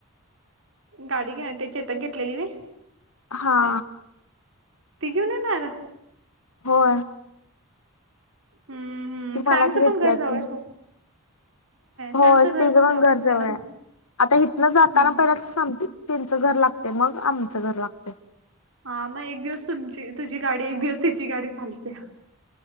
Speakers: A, on the right (about 60°); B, on the left (about 80°).
A: गाडी घ्याया ते चेतक घेतलेली भी
B: हा.
A: ती घेऊन येणार
B: होय.
A: हम्म हम्म
B: ती मलाच
A: सॅमचं
B: घेतल्या
A: पण घर जवळच
B: की.
A: आहे.
B: होय
A: सॅमचं
B: तीज पण
A: जवळच
B: घर जवळय
A: आहे ना
B: आता इथनं जाताना
A: हम्म.
B: पहिला सांगते त्यांच घर लागतय मग आमच घर लागतय
A: हा मग एक दिवस तुमची तुझी गाडी एक दिवस तिची गाडी चालतया.